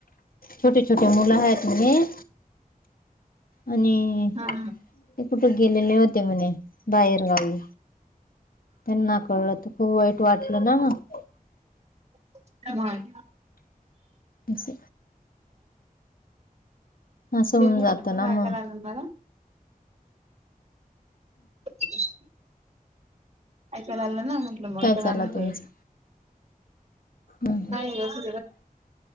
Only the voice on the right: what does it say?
हा
ह
तिघनटलं
म
राय
काला आन मला. त <unintelligible> ऐकाय आलं ना, म्हटलं मग
चला
म्हणते.
काही नाही अस